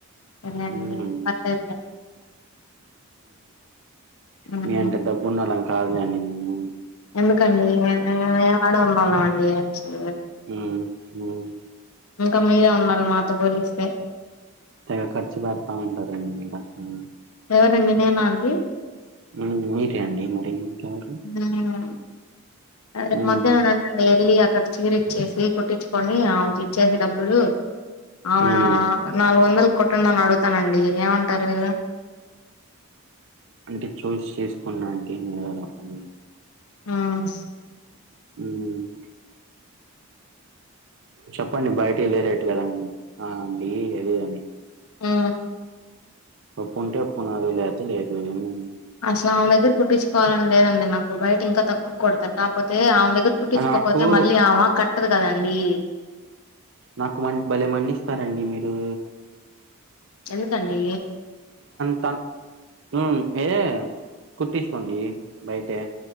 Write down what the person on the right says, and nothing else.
ఉమ్
మీ అంత డబ్బు ఉనోళ్ళం కాదులెండి మేము
మ్మ్ హ్మ్
తెగ ఖర్చు పెడతామంటారండి మీరు అసలు
మ్మ్ మీరే అండి మరి ఇంకెవరు
మ్మ్
మ్మ్
అంటే చూస్ చేసుకొనడానికి <inaudible>
మ్మ్ చెప్పండి బయటి ఇదే రేట్ గదా ఆ అండి <inaudible>
ఒప్పుంటే ఒప్పు నాదే లేకపోతే లేదు ఏముంది అందులో
ఆ, నాకు
నాకు మం భలే మండిస్తారండి మీరు
హోమ్ ఏ కుట్టించుకోండి బయటే